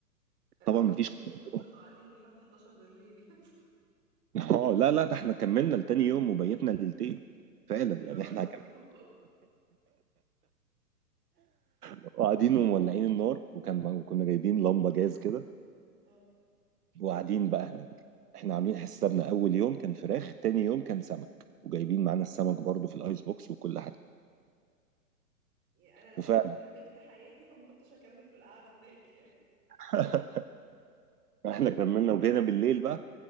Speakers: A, on the right; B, on the right.
A: آه،
B: طبعا
A: هو
B: مفيش
A: بس
B: <laughs>
A: انتوا فضلتوا قاعدين لحد 11 بالليل
B: اه لا لا ده احنا كملنا لتاني يوم وبيتنا ليلتين فعلا
A: <laughs> لجرائدكم
B: يعني احنا كملنا وقاعدين <laughs> ومولعين النار وكان وكنا جايبين لمبه جاز كده
A: اه
B: وقاعدين بقى هناك احنا عاملين حسابنا اول يوم كان فراخ تاني يوم كان سمك وجايبين معانا السمك برضو في الايس بوكس وكل حاجه
A: يعني انا لو
B: وفعلا
A: كنت كملت حياتي فما كنتش هكمل في القعده هناك يعني
B: <laughs> احنا كملنا وجينا بالليل بقى